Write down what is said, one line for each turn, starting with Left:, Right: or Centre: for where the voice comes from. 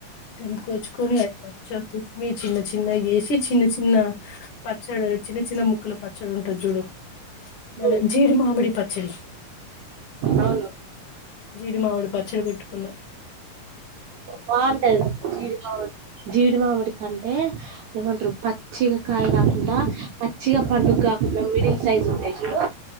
Left: దంకొచ్చుకొని అ పచ్చ తుమ్మి చిన్న చిన్న వేసి చిన్న చిన్న పచ్చడి చిన్న చిన్న ముకులు పచ్చడి ఉంటా జుడు
Right: ఉమ్
Left: న జీడి మామిడి పచ్చడి
Right: అవును
Left: జీడి మావిడు పచ్చడి పెట్టుకున్నా
Right: బాగుంటది జీడి మామిడి జీడి మామిడి కంటే ఏమంటారు పచ్చిగా కాయ కాకుండా మచ్చిగా పండుగ కాకుండా మిడిల్ సైజ్ ఉంటాయి చూడు